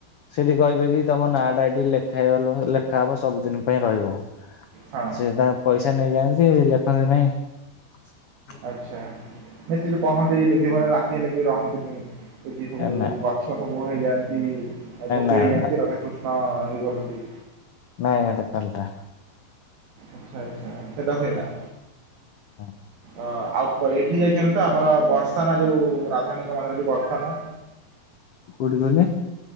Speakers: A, on the left; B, on the right.
A: ସେଠି କହିବେ କି ତମ ନାଟା ଏଇଠି ଲେଖା ଲେଖାହବ ସବୁଦିନ ପାଇଁ ରହିବ।
B: ହଁ
A: ସେଟା ପଇସା ନେଇଯାଆନ୍ତି ଲେଖନ୍ତି ନାଇଁ
B: ଆଛା, ନ ସେ ଯୋଉ କହନ୍ତେ ଏ ନିଧିବନରେ ରାତି ହେଲେ କେହି ରହନ୍ତୁନି ଏ ଯି ସବୁ
A: ନା
B: ଛ ସବୁ ହେଇଯାଆନ୍ତି ଗୋପୀ
A: ନା
B: ହେଇଯାଆନ୍ତି
A: ନା।
B: ରାଧାକୃଷ୍ଣ ଇଏ କରନ୍ତି।
A: ନାଇଁ ଏଇଟ କଲଟା
B: ଆଚ୍ଛା ଆଚ୍ଛା ସେଟା ହୁଏନା।
A: ହଁ।
B: ଅ ଆଉ ଏଠି ଯାଇଚନ୍ତି ତ ଆମର ବର୍ଷାନ ଯୋଉ ରାଧାୟଣୀଙ୍କ ମନ୍ଦିର ଯୋଉ ବର୍ଷାଟା।
A: କୋଉଠି କହିଲେ?